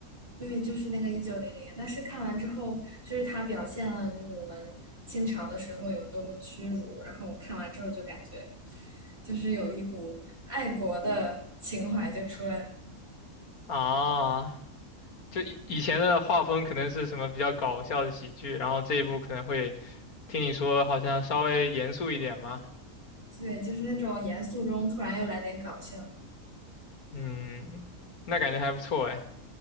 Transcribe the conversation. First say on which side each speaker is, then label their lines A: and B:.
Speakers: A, on the right; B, on the left.
A: 对，就是那个一九零零，但是看完之后，就是它表现了就是我们清朝的时候有多么屈辱，然后我看完之后就感觉，就是有一股爱国的情怀就出来，
B: <laughs> 啊。就以以前的画风可能是什么比较搞笑的喜剧，然后这一部可能会听你说好像稍微严肃一点嘛，
A: 对，就是那种严肃中突然又来点搞笑。
B: 嗯，那感觉还不错哎，